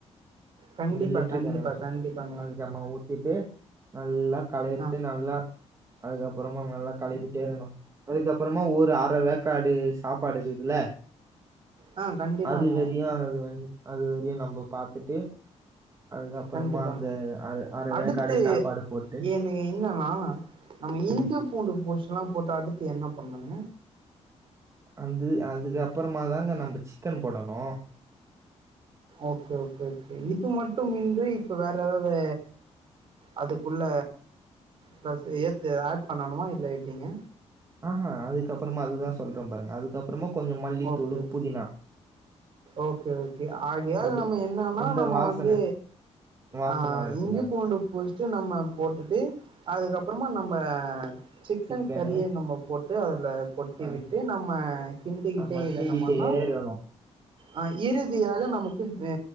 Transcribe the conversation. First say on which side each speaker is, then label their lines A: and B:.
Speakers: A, on the right; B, on the right.
A: கண்டிப்பா,
B: அந்த லிட்ரு
A: கண்டிப்பா,
B: கணக்ல சொல்ற
A: கண்டிப்பாங்க.
B: அதிகமா ஊத் திட்டு நல்லா களறிட்டு
A: ஆ
B: நல்லா அதுக்கப்றோமா நல்லா களறிட்டே இருக்கணு அதுக்கப்பறமா ஒரு அர வேக்காடு சாபாடு இருக்குல
A: ஆ கண்டிப்பாங்க,
B: அதுவரையு அது வந் அதுவரையு நம்ப பாத்துட்டு அதுக்கப்பறமா
A: கண்டிப்பா.
B: அந்த அர அர
A: அடுத்து
B: வேக்காடு சாபாடு போட்டு
A: எனக்கு என்னன்னா நம்ம இஞ்சு
B: ம்
A: பூண்டு பேஸ்லா போட்டு அடுத்து என்ன பண்ணாங்க
B: அது அதுக்கு அப்பறமா தாங்க நம்ப சிக்கன் போடணு
A: ஓகே ஓகே ஓகே இது மட்டும்யின்றி இப்ப வேற ஏதாவது அதுக்குள்ள ப்ளஸ்சு ஏத்துஆட் பண்ணணுமா இல்ல எப்டிங்க
B: ஆ அ அதுக்கப்றமா அதுதா சொல்ற பாருங்க அதுக்கப்றமா கொஞ்ஜோ மல்லித்தூளு
A: ஓகே,
B: புதினா
A: ஓகே ஓகே ஆகையால
B: அது
A: நம்ப என்னன்னா
B: அந்த
A: நம்ப
B: வாசனை
A: வந்து
B: வாசனை
A: ஆ
B: வர்றதுக்காக.
A: இஞ்சி பூண்டு பேஸ்டு நம்ப போட்டுட்டு அதுக்கப்றமா நம்ப சிக்கன்
B: சிக்கனு
A: கறிய நம்ப போட்டு அதுல கொட்டி
B: ஆ
A: விட்டு நம்ம கிண்டிக்கிட்டே
B: ஆமா
A: இருந்தமென்னா
B: கிண்டிட்டே இருக்கணும்.
A: அ இறுதியாக நமக்கு மே